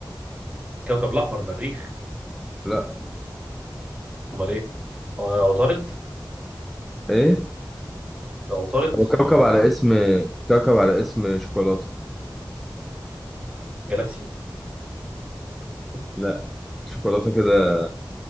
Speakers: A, on the right; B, in the centre.
A: كوكب الأحمر مريخ
B: لا
A: امال ايه آه، عطارد
B: إيه؟
A: لا عطارد
B: هو كوكب على اسم كوكب على اسم شوكولاتة
A: جالاكسي <laughs>
B: لا شوكولاتة كده